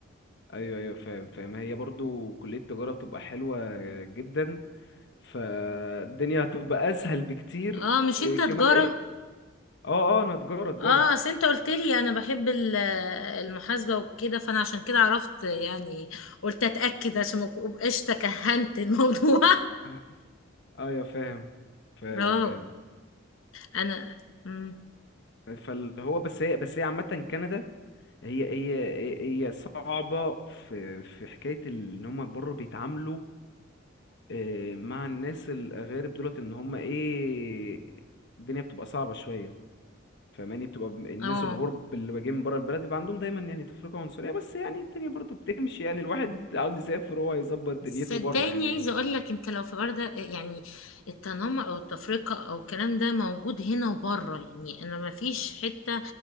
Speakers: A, on the left; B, on the left.
A: ايوه ايوه فاهم فاهم هي برضو كليه التجاره بتبقى حلوه جدا فالدنيا هتبقى اسهل بكتير
B: اه مش
A: إيه
B: انت تجارة
A: كمان ايه اه اه انا تجاره تجاره
B: اه اصل انت قلت لي انا بحب ال- المحاسبة وكده فانا عشان كده عرفت يعني قلت اتأكد عشان ما ابقاش تكهنت الموضوع
A: آه، ايوه فاهم فاهم
B: <laughs> اه
A: فاهم
B: انا مم.
A: فاللي هو بس هي بس هي عامه كندا هي هي هي صعبة في في حكاية ال- ان هما برضه بيتعاملوا آه، مع الناس الأغارب دولت ان هما ايه الدنيا بتبقى صعبة شوية فاهماني بتبقى ب- الناس
B: اه
A: الغرب اللي جايين من بره البلد بيبقى عندهم دايما يعني تفرقة عنصرية بس يعني الدنيا برضه بتمشي يعني الواحد عاوز يسافر وهو يظبط دنيته
B: صدقني
A: بره يعني
B: عايزه اقول لك انت لو في برده يعني التنمر او التفرقه او الكلام ده موجود هنا وبره يعني انا ما فيش حته